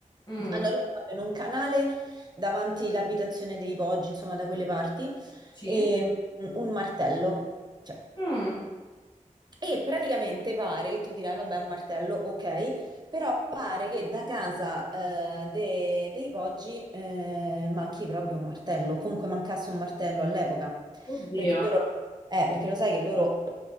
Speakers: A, on the left (about 35°); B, on the right (about 30°).
A: Mm,
B: hanno ritrovato in un canale davanti l'abitazione dei Poggi, insomma, da quelle parti,
A: sì?
B: e, mm, un martello. Cioè,
A: Mm,
B: E praticamente pare che tu dirai, vabbè, è un martello, ok, però pare che da casa eh, de- dei Poggi eh, manchi proprio un martello, comunque mancasse un martello all'epoca,
A: Oddio.
B: perché loro, eh, perché lo sai che loro,